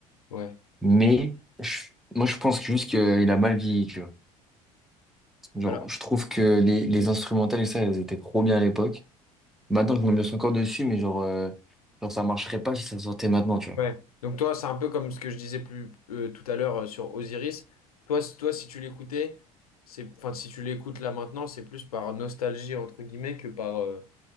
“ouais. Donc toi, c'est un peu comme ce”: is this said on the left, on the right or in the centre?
Left